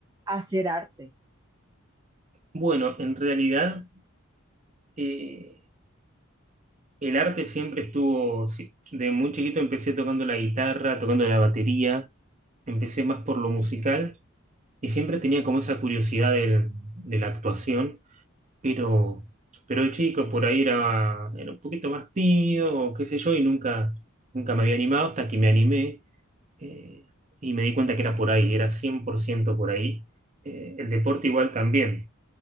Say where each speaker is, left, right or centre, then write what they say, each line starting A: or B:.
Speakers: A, on the right; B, on the right.
A: a hacer arte?
B: Bueno, en realidad eh, el arte siempre estuvo, sí, de muy chiquito empecé tocando la guitarra, tocando la batería, empecé más por lo musical y siempre tenía como esa curiosidad del- de la actuación. pero, pero de chico por ahí era, era un poquito más tímido, o qué sé yo, y nunca, nunca me había animado hasta que me animé eh, y me di cuenta que era por ahí, era 100% por ciento por ahí. Eh, el deporte igual también.